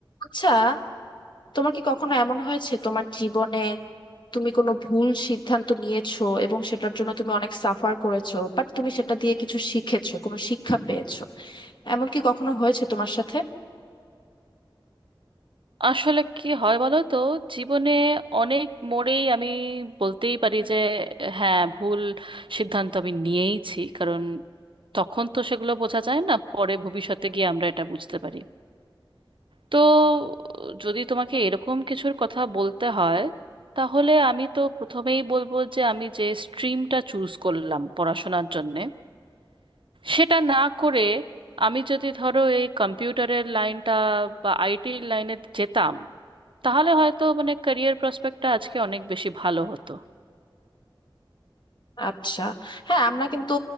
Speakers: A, on the left; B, on the right.
A: আচ্ছা তোমার কি কখনো এমন হয়েছে তোমার জীবনে তুমি কোনো ভুল সিদ্ধান্ত নিয়েছো এবং সেটার জন্য তুমি অনেক সাফার করেছো বাট তুমি সেটা দিয়ে কিছু শিখেছো কোনো শিক্ষা পেয়েছো এমন কি কখনো হয়েছে তোমার সাথে
B: আসলে কি হয় বলো তো জীবনে অনেক মোড়েই আমি বলতেই পারি যে হ্যাঁ ভুল সিদ্ধান্ত আমি নিয়েইছি কারণ তখন তো সেগুলো বোঝা যায় না পরে ভবিষ্যতে গিয়ে আমরা এটা বুঝতে পারি তো যদি তোমাকে এরকম কিছুর কথা বলতে হয় তাহলে আমি তো প্রথমেই বলবো যে আমি যে স্ট্রিমটা চুজ করলাম পড়াশোনার জন্যে সেটা না করে আমি যদি ধরো এই কম্পিউটারের লাইনটা বা আইটির লাইনে যেতাম তাহলে হয়তো মানে ক্যারিয়ার প্রসপেক্টটা আজকে অনেক বেশি ভালো হতো
A: আচ্ছা হ্যাঁ আমরা কিন্তু